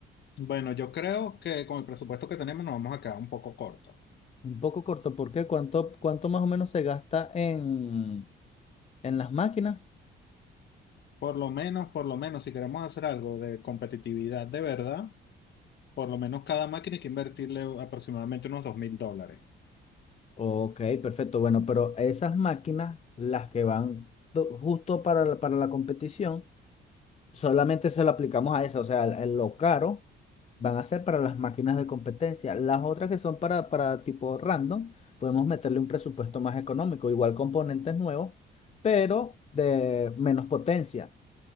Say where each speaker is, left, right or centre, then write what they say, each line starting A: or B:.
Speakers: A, on the left; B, on the left.
A: Bueno, yo creo que con el presupuesto que tenemos nos vamos a quedar un poco cortos.
B: Un poco corto, ¿por qué? ¿Cuánto, cuánto más o menos se gasta en, en las máquinas?
A: Por lo menos, por lo menos, si queremos hacer algo de competitividad de verdad, por lo menos cada máquina hay que invertirle aproximadamente unos dos mil dólares.
B: Ok, perfecto. Bueno, pero esas máquinas, las que van do- justo para la, para la competición, solamente se lo aplicamos a eso. O sea, el- el- lo caro van a ser para las máquinas de competencia. Las otras que son para, para tipo random, podemos meterle un presupuesto más económico, igual componentes nuevos, pero de menos potencia.